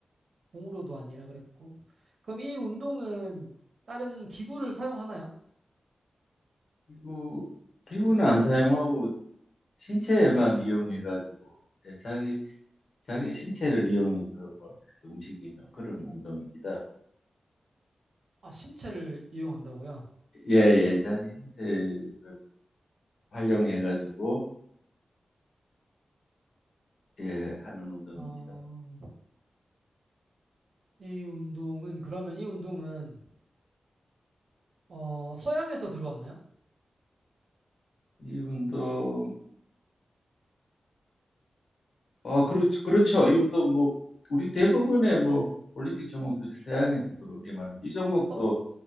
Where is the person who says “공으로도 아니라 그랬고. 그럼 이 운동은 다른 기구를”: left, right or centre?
Right